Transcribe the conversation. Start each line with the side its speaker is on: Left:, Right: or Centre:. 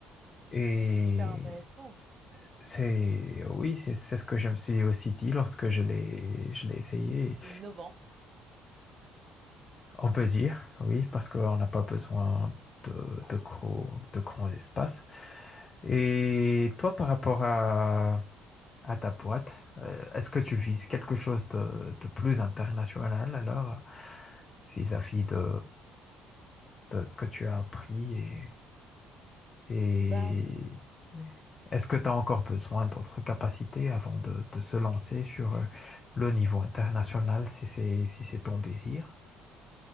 Left: Et
Right: c'est hyper intéressant
Left: C'est oui, c'est c'est ce que je me suis aussi dit lorsque je l'ai je l'ai essayé.
Right: et innovant.
Left: On peut
Right: <laughs>
Left: dire oui parce qu'on n'a pas besoin de de gros de grands espaces. Et toi, par rapport à à ta boîte, euh, est-ce que tu vises quelque chose de de plus international alors vis-à-vis de de ce que tu as appris Et
Right: Bah, hum,
Left: est-ce que tu as encore besoin d'autres capacités avant de, de se lancer sur euh, le niveau international, si c'est, si c'est ton désir?